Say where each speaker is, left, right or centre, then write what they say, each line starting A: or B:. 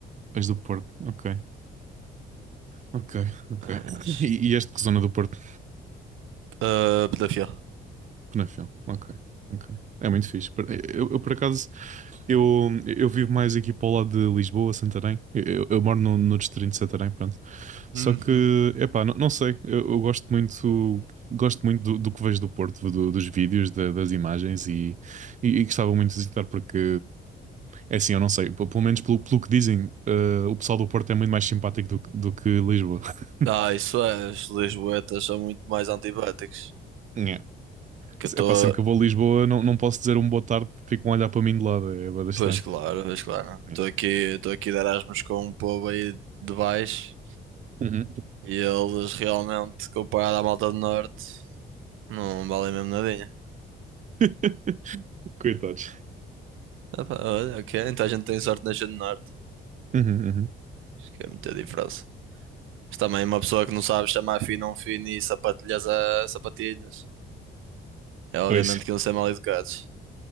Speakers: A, on the right; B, on the right.
A: És do Porto. Ok, ok, ok.
B: Mas,
A: E, e és de que zona do Porto?
B: ah, Pedofil.
A: Penafel, ok, ok. É muito fixe. Por- Eu, eu, por acaso, eu, eu vivo mais aqui para o lado de Lisboa, Santarém. Eu, eu- eu moro no, no distrito de Santarém, pronto. Só
B: Uhum.
A: que, epá, não, não sei, eu, eu gosto muito, gosto muito do, do que vejo do Porto, do- dos vídeos, da- das imagens e, e, e gostava muito de visitar porque, é assim, eu não sei, pe- pelo menos pelo, pelo que dizem, eh, o pessoal do Porto é muito mais simpático do, que- do que Lisboa. <laughs>
B: Ah, isso é, os lisboetas são muito mais antibáticos.
A: É.
B: Que eu estou.
A: Epá, sempre que eu vou a Lisboa, não, não posso dizer um boa tarde, ficam a olhar para mim de lado, é bastante
B: Pois
A: estranho.
B: claro, pois claro. Estou
A: É.
B: aqui, estou aqui de Erasmus com um povo aí de baixo
A: Uhum.
B: e eles realmente, comparado à malta do norte, não valem mesmo nadinha.
A: <laughs> Coitados.
B: Ah pá, olha, ok, então a gente tem sorte de nascer no norte.
A: Uhum, uhum.
B: Acho que é muita diferença. Mas também uma pessoa que não sabe chamar fino a um fino e sapatilhas a sapatilhas. É obviamente
A: Pois,
B: que iam ser mal educados.